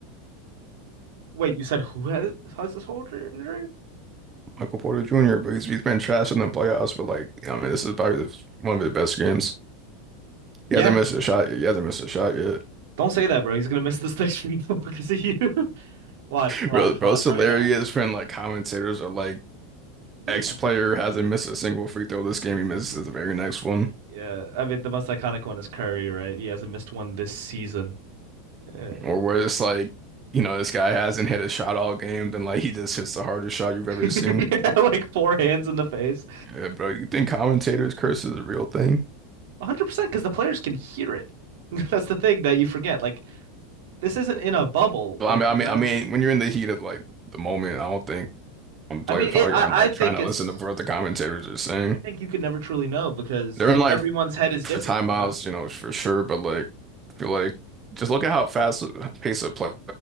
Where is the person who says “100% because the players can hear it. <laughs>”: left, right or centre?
Right